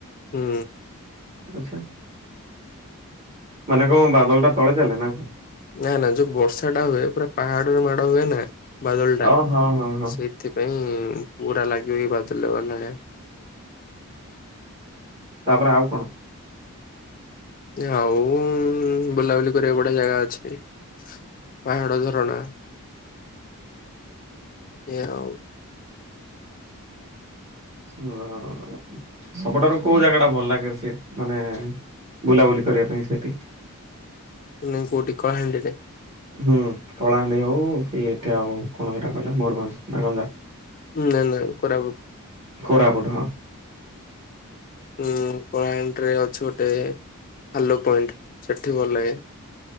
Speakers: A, on the left; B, on the right.
A: ହୁଁ।
B: ଆଚ୍ଛା। ମାନେ କଣ ବାଦଲ ଟା ତଳେ ଚାଲେ ନା କଣ?
A: ନା ନା ଯୋଉ ବର୍ଷା ଟା ହୁଏ ପୁରା ପାହାଡରେ ମାଡ ହୁଏ ନା ବାଦଳ ଟା
B: ଓ ହଁ ହଁ ହଁ
A: ସେଇଥି ପାଇଁ ପୁରା ଲାଗିବ ଏଇ ବାଦଲମାନେ
B: ତାପରେ ଆଉ କଣ?
A: ଆଉ ବୁଲାବୁଲି କରିବା ବଢିଆ ଜାଗା ଅଛି। ପାହାଡ ଝରଣା। ଏ ଆଉ।
B: ହଁ। ସବୁଠାରୁ କୋଉ ଜାଗାଟା ଭଲ ଲାଗେ ସେ ମାନେ ବୁଲାବୁଲି କରିବା ପାଇଁ ସେଠି
A: ନାଇ କୋଉଠି କଳାହାଣ୍ଡିରେ?
B: ହୁଁ କଳାହାଣ୍ଡି ହଉ କି ଏଠେ ଆଉ କଣ ସେଟା କହିଲେ ମୟୁରଭଞ ଆଉ ଗଞ୍ଜାମ।
A: ନା ନା କୋରାପୁଟ।
B: କୋରାପୁଟ ହଁ।
A: ଉଁ କଳାହାଣ୍ଡିରେ ଅଛି ଗୋଟେ ହାଲୋ ପଏଣ୍ଟ ସେଠି ଭଲ ଲାଗେ।